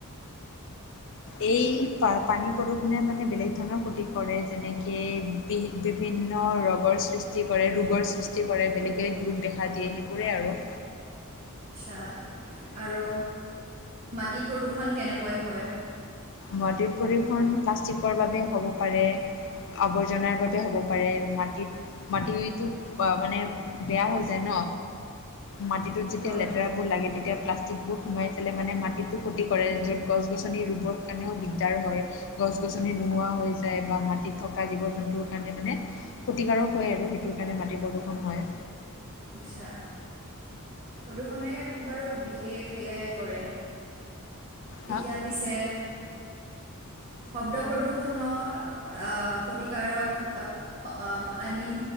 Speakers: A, on the left (about 55°); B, on the right (about 40°).
A: এই প-পানীত প্ৰদূষণে মানে বেলেগ ধৰণৰ ক্ষতি কৰে, যেনেকে বি-বিভিন্ন ৰগৰ সৃষ্টি সৃষ্টি কৰে, ৰোগৰ সৃষ্টি কৰে, বেলেগ বেলেগ ৰোগ দেখা দিয়ে সেইবোৰে আৰু।
B: আচ্ছা আৰু মাটি প্ৰদূষণ কেনেকৈ হয়?
A: মাটি প্ৰদূষণ প্লাষ্টিকৰ বাবে হ'ব পাৰে। আৱৰ্জনাৰ বাবে হ'ব পাৰে, মাটিত মাটি ইটো, মানে বেয়া হৈ যায় ন। মাটিটোত যেতিয়া
B: হয়
A: লেতেৰাবোৰ লাগে, তেতিয়া প্লাছ টিকবোৰ সোমাই পেলাই মানে মাটিটো ক্ষতি কৰে, য'ত গছ গছনি ৰুবৰ কাৰণেও দিগদাৰ হয়। গছ গছনি নোহোৱা হৈ যায় বা মাটিত থকা জীৱ জন্তুৰ কাৰণে মানে ক্ষতিকাৰক হয় আৰু সেইটোৰ কাৰণে মাটি প্ৰদূষণ হয়।
B: আচ্ছা। প্ৰদূষণে বাৰু বিশেষ সেয়াই কৰে,
A: হা
B: এতিয়া পিছে শব্দ প্ৰদূষণৰ আ, ক্ষতিকাৰক আ শ অ', আই মিন